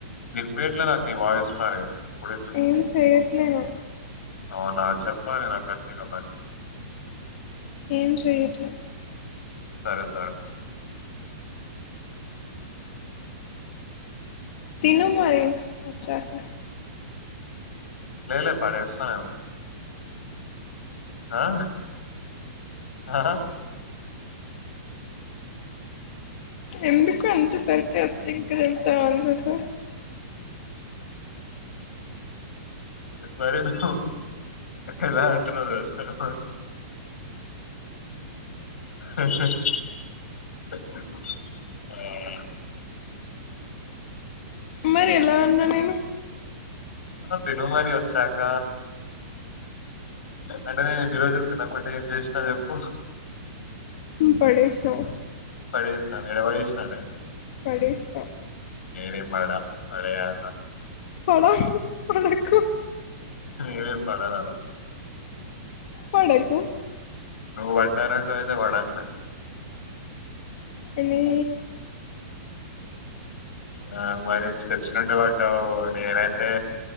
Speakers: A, on the left; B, on the left.
A: వినుపియట్లే నాకు నీ వాయిస్ మరి ఇప్పుడు
B: ఏం చేయట్లేను
A: అవున చెప్పాలి నా గట్టిగా మరి
B: ఏం చేయట్లే
A: సరే సరే
B: తిను మరి వచ్చక
A: లేలే పడేస్తా నేన్ ఆ ఆ
B: ఎందుకు అంత సర్కస్టిక్గా చెప్తావ్ ఆన్సర్స్
A: మరి నువ్వు ఎలా అంటునావు తెలుసా నువ్వు మరి హహహ ఆ
B: మరి ఎలా ఉన్న నేను
A: ఆహ్ తిను మరి వచ్చాక. అంటే నేను ఇన్ని రోజులు తినకుండా ఏం చేసినానో చెప్పు.
B: పడేశావ్.
A: ఏ నన్ను ఏడవడేసినవే.
B: పడేసిన
A: నేను ఏం పడ పడెయ్ అన్న
B: పడా పడేయాకు
A: నేను ఎం పడరాల
B: పోయిండే పో.
A: నువ్వు పడ్డానంటయితే పడాన్లే.
B: ఎన్ని.
A: ఆహ్ మరి స్టెప్స్ నుండి పడ్డావు నేనైతే.